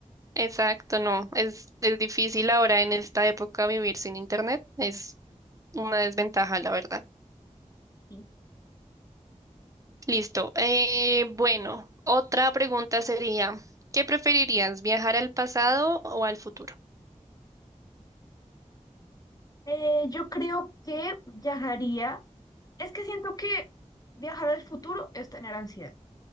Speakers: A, on the right; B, on the left.
A: exacto, no. Es, es difícil ahora en esta época vivir sin internet. Es una desventaja, la verdad.
B: Sí.
A: Listo. Eh, bueno, otra pregunta sería, ¿qué preferirías, viajar al pasado o al futuro?
B: Eh, yo creo que viajaría. Es que siento que viajar al futuro es tener ansiedad.